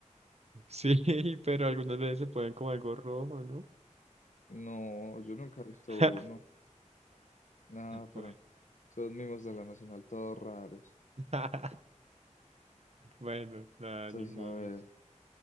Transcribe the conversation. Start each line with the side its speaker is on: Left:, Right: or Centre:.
Right: sí, pero algunas veces se ponen como algo rojo, ¿no?
Left: No, yo nunca he visto
Right: <laughs>
Left: uno. Nada,
Right: Bueno,
Left: pero son mimos de la Nacional, todos raros.
Right: <laughs> bueno, nada,
Left: Entonces,
Right: ni modo.
Left: a ver,